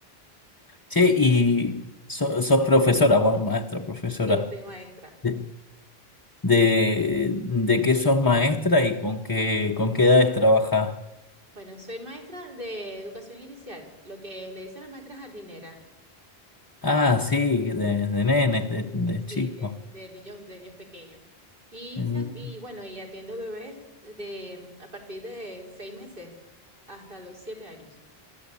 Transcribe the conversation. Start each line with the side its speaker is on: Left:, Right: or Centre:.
Left: Che, y so- sos profesora, bueno, maestra, profesora.
Right: Sí, sí, maestra.
Left: ¿De, de, de qué sos maestra y con qué, con qué edades trabajás?
Right: Bueno, soy maestra de educación inicial, lo que le dicen las maestras jardineras,
Left: Ah, sí, de, de nenes, de, de chicos.
Right: sí, de, de niños, de niños pequeños. Y
Left: Sí.
Right: también, bueno, y atiendo bebés de a partir de seis meses hasta los siete años.